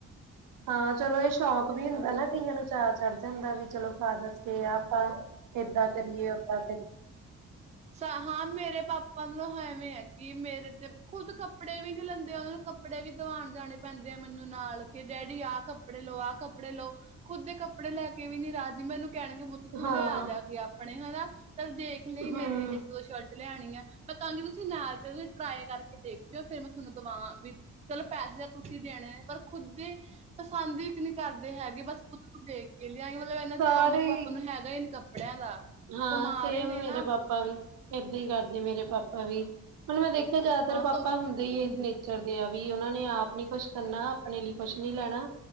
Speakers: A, on the right (about 80°); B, on the right (about 20°).
A: ਹਾਂ, ਚਲੋ ਏ ਸ਼ੌਕ ਵੀ ਹੁੰਦਾ ਨਾ ਕਈਆਂ ਨੂੰ ਚਾਅ ਚੜ ਜਾਂਦਾ ਵੀ ਚਲੋ ਫਾਦਰਸ ਕੇ ਆਪਾਂ ਏਦਾਂ ਕਰੀਏ ਓਦਾਂ ਕਰੀਏ।
B: ਸਾ ਹਾਂ ਮੇਰੇ ਪਾਪਾ ਨੂੰ ਹੈਵੇਂ ਐ ਕਿ ਮੇਰੇ ਤੇ ਖੁੱਦ ਕੱਪੜੇ ਵੀ ਨੀ ਲੈਂਦੇ ਔਨਾਂ ਨੂੰ ਕੱਪੜੇ ਵੀ ਦਵਾਣ ਜਾਣੇ ਪੈਂਦੇ ਆ ਮੈਨੂੰ ਨਾਲ ਕਿ ਡੈਡੀ ਆ ਕੱਪੜੇ ਲਓ ਆ ਕੱਪੜੇ ਲਓ। ਖੁਦ ਦੇ ਕੱਪੜੇ ਲੈ ਕੇ ਵੀ ਨੀ ਰਾਜੀ। ਮੈਨੂੰ ਕੈਣਗੇ ਪੁਤ ਤੂੰ
A: ਹਾਂ
B: ਲੇਆ ਜਾਕੇ ਅਪਣੇ ਹੈਨਾ। ਚਲ ਦੇਖ ਲਈ
A: ਹਮ
B: ਮੇਰੇ ਲਈ ਜੇ ਸ਼ਰਟ ਲਿਆਣੀ ਐ। ਮੈਂ ਕਾਂਗੀ ਤੁਸੀ ਨਾਲ ਚਲੋ ਟਰਾਈ ਕਰਕੇ ਦੇਖਿਓ ਫੇਰ ਮੈਂ ਤੁਆਨੂੰ ਦਵਾਂ ਵੀ ਚਲੋ ਪੈਸੇ ਤਾਂ ਤੁਸੀ ਦੇਣੇ ਪਰ ਖੁਦ ਦੇ ਪਸੰਦ ਇਕ ਨੀ ਕਰਦੇ ਹੈਗੇ। ਬਸ ਪੁਤ ਤੂ ਦੇਖ। ਕੇ ਲੇਆਈਂ ਮਤਲਬ ਏਨਾ
A: ਸਾਰੇ
B: ਚੌ ਮੇਰੇ ਪਾਪਾ
A: ਹੀ
B: ਨੂੰ ਹੈਗਾ ਈ ਨੀ ਕੱਪੜੇਆਂ ਦਾ।
A: ਹਾਂ
B: ਕਮਾ
A: ਸੇਮ
B: ਰੇ ਨੇ
A: ਮੇਰੇ
B: ਨਾ
A: ਪਾਪਾ ਵੀ। ਏਦਾਂ ਈ ਕਰਦੇ ਮੇਰੇ ਪਾਪਾ ਵੀ। ਹੁਨ ਮੈਂ ਦੇਖੇਆ ਜਾਦਾਤਰ
B: ਹਾਂ
A: ਪਾਪਾ
B: ਕਮ
A: ਹੁੰਦੇ ਈ
B: ਹਾਂਜੀ,
A: ਏਸ ਨੇ ਚਰਦੇ ਆ। ਵੀ ਔਨਾਂ ਨੇ ਆਪ ਨੀ ਕੁਛ ਕਰਨਾ ਅਪਣੇ ਲਈ ਕੁਛ ਨੀ ਲੈਣਾ।